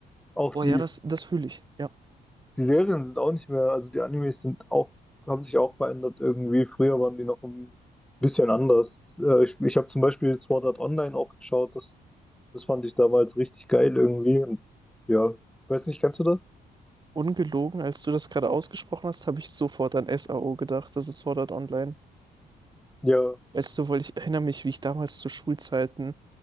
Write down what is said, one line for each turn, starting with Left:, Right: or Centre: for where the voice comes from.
Centre: Auch
Right: Boah,
Centre: die
Right: ja, das, das fühle ich. Ja.
Centre: Die Serien sind auch nicht mehr, also die Animes sind auch, haben sich auch verändert irgendwie. Früher waren die noch ein bisschen anders. Äh, ich ich habe zum Beispiel Sword Art Online auch geschaut. Das, das fand ich damals richtig geil irgendwie. Und ja, weiß nicht, kennst du das?
Right: Ungelogen, als du das gerade ausgesprochen hast, habe ich sofort an SAO gedacht, das ist Sword Art Online.
Centre: Ja,
Right: Weißt du, weil ich erinnere mich, wie ich damals zu Schulzeiten,